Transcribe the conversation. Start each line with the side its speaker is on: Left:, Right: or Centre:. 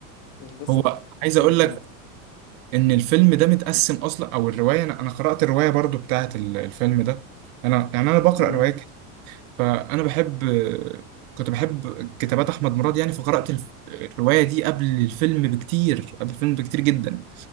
Left: مش بس
Right: هو
Left: بتتفرج
Right: عايز
Left: على فيلم
Right: أقول لك إن الفيلم ده متقسم أصلا أو الرواية أنا أنا قرأت الرواية برضو بتاعة ال- الفيلم ده أنا يعني أنا بقرأ
Left: امم
Right: روايات فانا بحب كنت بحب كتابات احمد مراد يعني فقرات الف- الروايه دي قبل الفيلم بكتير قبل الفيلم بكتير جدا مم.